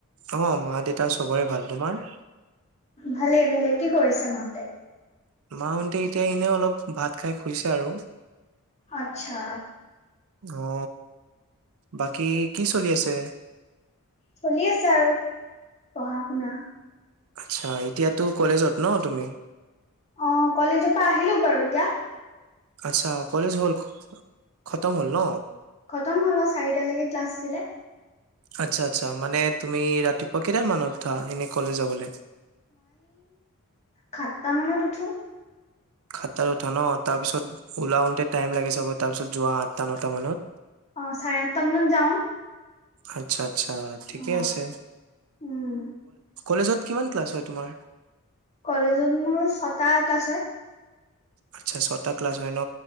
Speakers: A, on the right; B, on the left.
A: অ মা দেউতা চবৰে ভাল তোমাৰ
B: ভালেই ভালেই কি কৰিছে মাহতে
A: মাহতে এতিয়া এনেই অলপ ভাত খাই খুইছে আৰু
B: আচ্ছা
A: অ বাকী কি চলি আছে
B: চলি আছে আৰু পঢ়া শুনা
A: আচ্ছা এতিয়াতো কলেজত ন তুমি
B: অ কলেজৰ পৰা আহিলো বাৰু এতিয়া
A: আচ্ছা কলেজ হ'ল খতম হ'ল ন
B: খতম হল চাৰিটালৈকে ক্লাছ আঁছিলে
A: আচ্ছা আচ্ছা মানে তুমি ৰাতিপুৱা কেইটাম মানত উঠা এনেই কলেজ যাবলৈ
B: হাত তা মানত উঠো
A: হাত তাত উঠা ন তাৰ পিছত ওলাওতে টাইম লাগে চাগে তাৰপিছত যোৱা আঠটা নটা মানত
B: অ চাৰে আঠটা মানত যাও
A: আচ্ছা আচ্ছা ঠিকে
B: অ
A: আছে
B: উম
A: কলেজত কিমান ক্লাছ তোমাৰ
B: কলেজত মোৰ ছটা ক্লাছ হয়
A: আচ্ছা ছটা ক্লাছ হয় ন